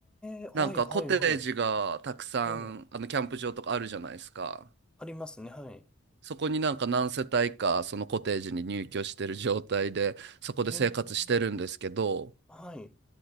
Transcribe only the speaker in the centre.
え、
はい、はい、はい。ええ、ありますね、はい。
ええ、はい。